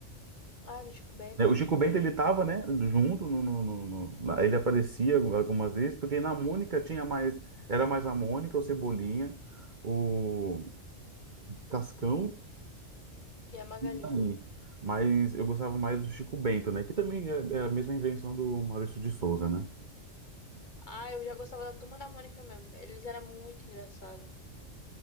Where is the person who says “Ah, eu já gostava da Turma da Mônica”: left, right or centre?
Left